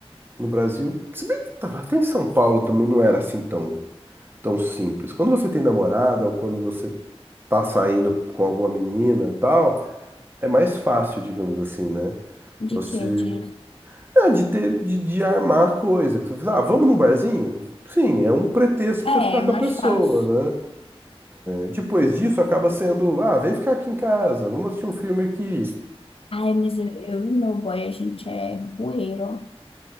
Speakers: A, on the right; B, on the left.
A: No Brasil, se bem que tava até em São Paulo também não era assim tão, tão simples. Quando você tem namorada ou quando você tá saindo com alguma menina e tal, é mais fácil, digamos assim, né? Você.
B: De quê? De...
A: É, de ter, de, de armar coisa. Que você fala, Ah, vamos num barzinho? Sim, é um pretexto pra
B: É,
A: você ficar
B: é
A: com
B: mais
A: a pessoa,
B: fácil.
A: né? É, depois disso acaba sendo, ah, vem ficar aqui em casa, vamos assistir um filme aqui.
B: Ai, mas eu, eu e meu boy, a gente é rueiro, ó.